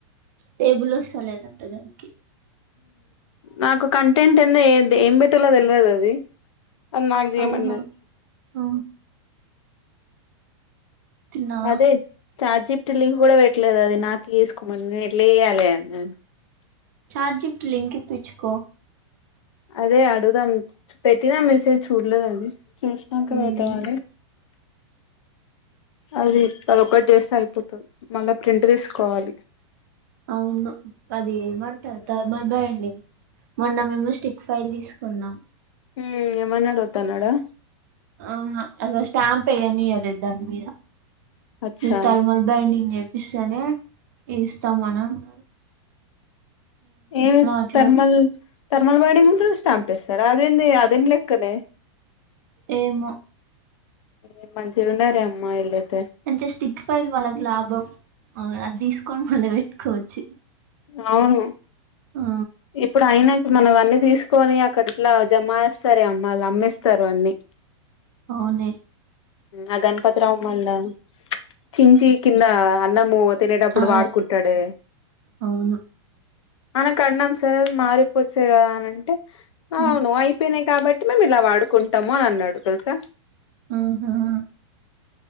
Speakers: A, on the right; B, on the left.
A: కేబుల్ వస్తా లేదంట దానికి
B: నాకు కంటెంట్ ఎంద ఏ ఏం పెట్టలో తెల్వద్ అది అద్నాక్ చేయమనది
A: ఆహా ఆ తిన్నావా
B: అదే చార్జిప్టిల్కి కూడా పెట్టలేదు అది నాకు వేసుకోమని నేను ఎట్లా చేయ్యాలి అన్నాను
A: ఛార్జిట్ లింకిపిచుకో
B: అదే అడుగుదాం పెట్టినా మెసేజ్ చూడ్లేదు అది చూస్నాక
A: ఉమ్
B: పెడ్దామని అది అదొకటి చేస్తా అయిపోతుంది మళ్ళా ప్రింట్ తీసుకోవాలి
A: అవును అది ఏమంటారు థర్మల్ బండింగ్ మొన్న మేము స్టిక్ ఫైల్ తీసుకున్నాం
B: హ్మ్ ఏమనాడు వోదాన్నాడా
A: ఆ అసలు స్టాంప్ ఏయ్నియలే ధన్మిదా
B: అచ్చా
A: <unintelligible> బైండింగ్ చేపిస్తేనే ఇస్తాం మానానడు
B: ఏమై
A: అట్లా
B: థర్మల్ థర్మల్ బైండింగ్ కుడా స్టాంప్ ఎస్తాడా అదేంది అదేం లెక్కనే
A: ఎమో
B: ఎ మంచిగుణారెమా ఇలైతే
A: అంటే స్టిక్ ఫీల్ వాళ్ళకి లాభం అది తీస్కొని మళ్ళీ పెట్టుకోచ్చు
B: అవును
A: ఆ
B: ఇప్పుడు అయినా ఇప్పుడు మనం అన్నీ తీస్కొని అక్కట్లా జమ ఎస్తారే అమ్మళ్ళు అమ్మేస్తారు అన్ని
A: ఆవ్వునే
B: ఆ గణపతి రావు మళ్ళ చిించి కింద అన్నమూ తినేటప్పుడు
A: ఆ,
B: వాడ్కుంటాడే
A: అవును
B: అనకణం సార్ మారిపోచ్చాయి కదా అనంటే
A: ఉమ్,
B: ఆవ్వును ఐపేనై కాబట్టి మేము ఇలా వాడుకుంటాము అని అన్నాడు తెల్సా
A: ఆహా